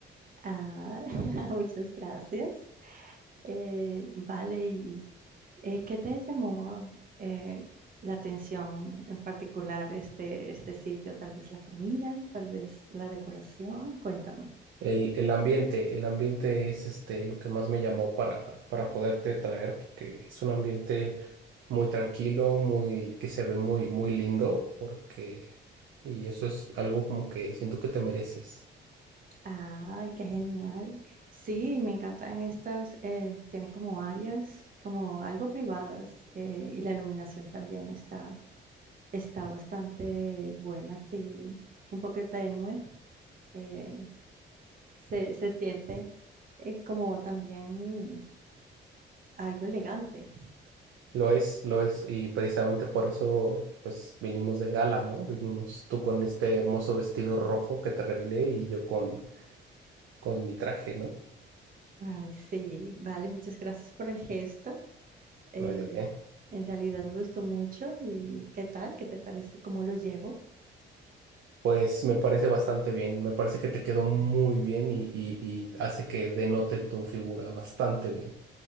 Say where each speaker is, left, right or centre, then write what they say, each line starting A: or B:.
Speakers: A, on the right (about 45°); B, on the right (about 80°).
A: Ah, <laughs> muchas gracias. Eh, vale, y eh, ¿qué te llamó eh, la atención en particular este, este sitio? Tal vez la comida, tal vez la decoración. Cuéntame.
B: El, el ambiente, el ambiente es este lo que más me llamó para, para poderte traer, porque es un ambiente muy tranquilo, muy, que se ve muy, muy lindo, porque, y eso es algo como que siento que te mereces.
A: Ah, qué genial. Sí, me encantan estas, eh, tiene como áreas, como algo privadas, eh, y la iluminación también está, está bastante buena, sí, un poco tenue. eh, se, se siente eh, como también algo elegante.
B: Lo es, lo es, y precisamente por eso, pues, vinimos de gala, ¿no? Vinimos tú con este hermoso vestido rojo que te regalé y yo con, con mi traje, ¿no?
A: Ay, sí, vale, muchas gracias por el gesto. eh,
B: No hay de qué.
A: en realidad me gustó mucho y ¿qué tal? ¿Qué te parece? ¿Cómo lo llevo?
B: Pues me parece bastante bien, me parece que te quedó muy bien y, y- y hace que denote tu figura bastante bien.